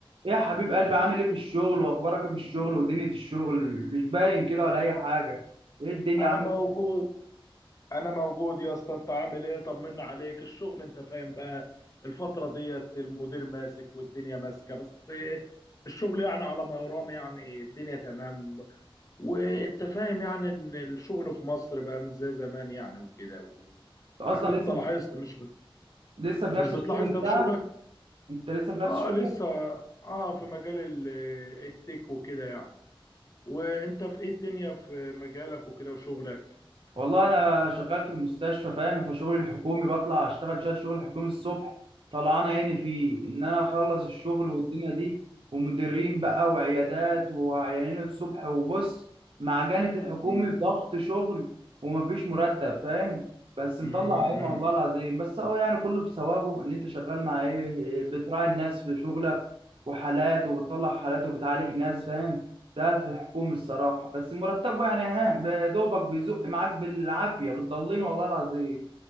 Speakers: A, on the right; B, on the left.
A: ايه يا حبيب قلبي عامل ايه في الشغل واخبارك ايه في الشغل ودنيا الشغل مش باين كده ولا اي حاجه ايه الدنيا
B: انا
A: عامل
B: موجود
A: ايه
B: انا موجود يا اسطى انت عامل ايه طمنا عليك الشغل انت فاهم بقى الفترة ديت المدير ماسك والدنيا ماسكة بس الشغل يعني على ما يرام يعني الدنيا تمام وانت فاهم يعني ان الشغل في مصر بقى مش زي زمان يعني وكده و...
A: أنت اصلا
B: اكيد انت
A: لسه
B: لاحظت مش ب...
A: لسه في
B: مش
A: نفس
B: بتلاحظ
A: الشغل
B: ده
A: بتاعك
B: في شغلك
A: انت لسه في نفس
B: اه
A: الشغل
B: لسه اه في مجال ال- التك وكده يعني وانت في ايه الدنيا في مجالك وكده وشغلك
A: والله انا شغال في المستشفى فاهم فشغلي الحكومي بطلع اشتغل شويه شغل حكومي الصبح طلعان عيني فيه ان انا اخلص الشغل والدنيا دي ومديرين بقى وعيادات وعيانين الصبح وبص معجنة الحكومي
B: امم
A: ضغط شغل ومفيش مرتب فاهم بس مطلع
B: مم.
A: عيني والله العظيم بس هو يعني كله بثوابه ان انت شغال مع ايه بتراعي الناس في شغلك وحالات وبتطلع حالات وبتعالج ناس فاهم ده في الحكومة الصراحة بس مرتبه يعني ها بدوبك بيزق معاك بالعافية بتضلين والله العظيم